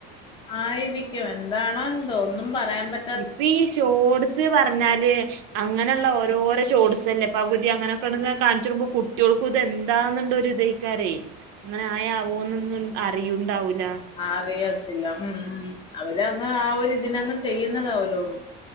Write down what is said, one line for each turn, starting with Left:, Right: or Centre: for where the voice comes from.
Left: ആയിരിക്കും എന്താണോ എന്തോ ഒന്നും പറയാൻ പറ്റി-
Right: ഇപ്പീ ഷോട്സ് പറഞ്ഞാല് അങ്ങനെയുള്ള ഓരോരോ ഷോട്സല്ലപ്പോ പകുതി അങ്ങനെക്കെ കാണിച്ചിടുമ്പോ കുട്ട്യോൾക്കത് എന്താന്നുണ്ടൊരു ഇത് <unintelligible> അങ്ങനെ ആയാവോന്നൊന്നും അറിയുണ്ടാവൂലാ
Left: അറിയത്തില്ല ഉം ഉം അവരങ്ങ് ആഹ് ഒരിതിനങ്ങ് ചെയ്യുന്നതാ ഓരോന്നു